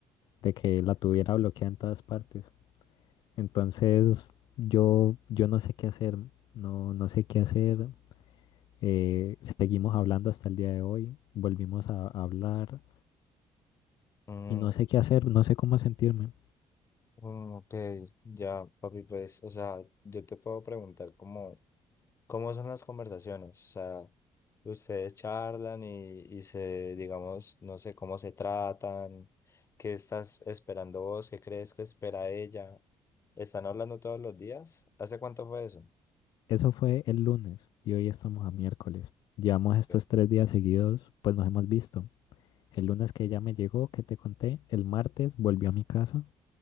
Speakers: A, on the left; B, on the left.
A: de que la tuviera bloqueada en todas partes. Entonces yo, yo no sé qué hacer, no, no sé qué hacer. Eh, seguimos hablando hasta el día de hoy, volvimos a, a hablar
B: Mm,
A: y no sé qué hacer, no sé cómo sentirme.
B: mm, ok, ya, papi, pues, o sea, yo te puedo preguntar como ¿Cómo son las conversaciones? O sea, ustedes charlan y, y se, digamos, no sé cómo se tratan, qué estás esperando vos, qué crees que espera ella. ¿Están hablando todos los días? ¿Hace cuánto fue eso?
A: Eso fue el lunes y hoy estamos a miércoles. Llevamos estos
B: Ok.
A: tres días seguidos, pues nos hemos visto. El lunes que ella me llegó, que te conté, el martes volvió a mi casa.